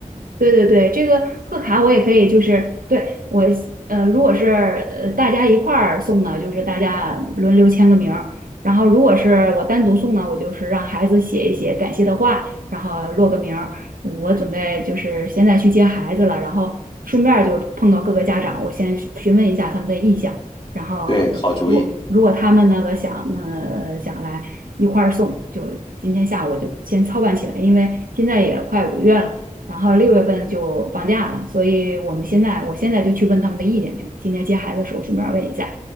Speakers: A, on the right; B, on the left.
A: 对对对，这个贺卡我也可以，就是对我呃，如果是呃大家一块儿送呢，就是大家轮流签个名儿；然后如果是我单独送呢，我就是让孩子写一写感谢的话，然后落个名儿。我准备就是现在去接孩子了，然后顺便儿就碰到各个家长，我先询问一下他们的意向，然后我如果他们那个想那想来一块儿送，
B: 对，好主意，
A: 就今天下午我就先操办起来，因为现在也快五月了。然后六月份就放假了，所以我们现在我现在就去问他们的意见去。今天接孩子的时候顺便问一下，